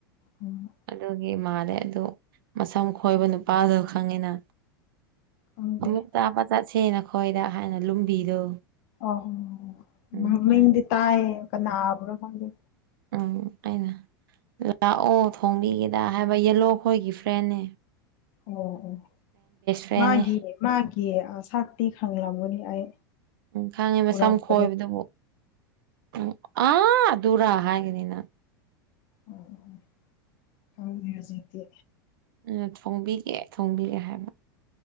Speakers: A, on the left (about 55°); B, on the right (about 70°).
A: ꯎꯝ
B: ꯑꯗꯨꯒꯤ ꯃꯥꯥꯂꯦ ꯑꯗꯨ ꯃꯁꯝ ꯈꯣꯏꯕ ꯅꯨꯄꯥꯗꯨ ꯈꯪꯉꯤꯅ
A: ꯈꯪꯗꯦ
B: ꯑꯃꯨꯛ ꯆꯥꯕꯥ ꯆꯠꯁꯦ ꯅ ꯈꯣꯏꯗ ꯍꯥꯏꯅ ꯂꯨꯝꯕꯤꯗꯣ
A: ꯑꯣ
B: ꯎꯝ
A: ꯃꯃꯤꯡꯗꯤ
B: ꯍꯥꯏ
A: ꯇꯥꯏ ꯀꯅꯥꯕꯨꯅꯣ ꯈꯪꯗꯦ꯫
B: ꯎꯝ ꯑꯩꯅ ꯂꯥꯛꯑꯣ ꯊꯣꯡꯕꯤꯒꯦꯗ ꯍꯥꯏꯕ ꯌꯦꯂꯣꯈꯣꯏꯒꯤ ꯐ꯭ꯔꯦꯟ ꯅꯦ
A: ꯑꯣ ꯑꯣ
B: ꯐ꯭ꯔꯦꯟꯅꯦ
A: ꯃꯥꯒꯤ ꯃꯥꯒꯤ ꯁꯛꯇꯤ ꯈꯡꯂꯝꯒꯅꯤ ꯑꯩ
B: ꯎꯝ ꯈꯪꯉꯦ ꯃꯁꯝ
A: ꯎꯔꯝꯕꯅꯤ
B: ꯈꯣꯏꯕꯗꯨꯕꯨ ꯎꯝ ꯑꯥ ꯑꯗꯨꯔꯥ ꯍꯥꯏꯒꯅꯤꯅ
A: ꯑꯣ ꯍꯥꯎꯅꯦ ꯍꯧꯖꯤꯛꯇꯤ
B: ꯎꯝ ꯊꯣꯡꯕꯤꯒꯦ ꯊꯣꯡꯕꯤꯒꯦ ꯍꯥꯏꯕ